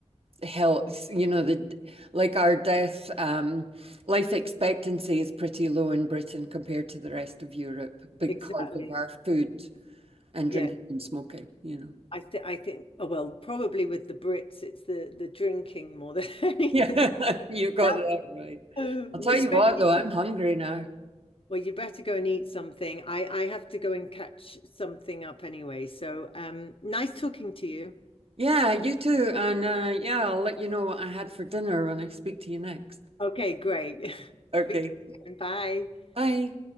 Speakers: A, on the right; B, on the left.
A: health. You know, the like our death, um, life expectancy is pretty low in Britain compared to the rest of Europe because
B: exactly.
A: of our food and
B: Yeah.
A: drinking and smoking, you know. <laughs>
B: I think I think oh well, probably with the Brits it's the the drinking more than <laughs> anything.
A: Yeah, <laughs> you got
B: No,
A: that right.
B: and
A: I'll tell
B: especially
A: you what, though, I'm hungry now.
B: well, you better go and eat something. I I have to go and catch something up anyway. So um nice talking to you.
A: Yeah, you too. And uh, yeah, I'll let you know what I had for dinner when I speak to you next.
B: Okay, great. <laughs>
A: Okay.
B: Speak to you soon. Bye.
A: Bye.